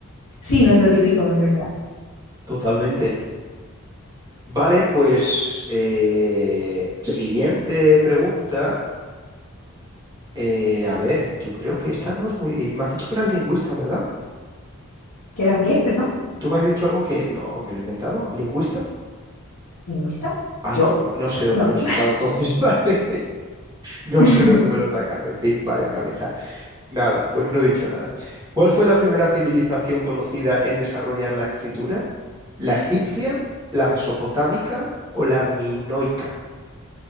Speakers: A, on the left (about 75°); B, on the right (about 15°).
A: Sí, no es lo típico, es verdad.
B: Totalmente. Vale, pues eh, siguiente pregunta. Eh, a ver, yo creo que esta no es muy... eh, Me has dicho que eras lingüista, ¿verdad?
A: ¿Qué era qué? Perdón.
B: Tú me has dicho algo que no me lo he inventado, lingüista.
A: ¿Lingüista?
B: Ay,
A: ¿Yo?
B: no, no sé de dónde
A: No.
B: me lo he sacado entonces, <laughs> vale. No
A: <laughs>
B: sé de dónde me lo he sacado. En fin, vaya cabeza. Nada, pues no he dicho nada. ¿Cuál fue la primera civilización conocida en desarrollar la escritura? ¿La egipcia, la mesopotámica o la minoica?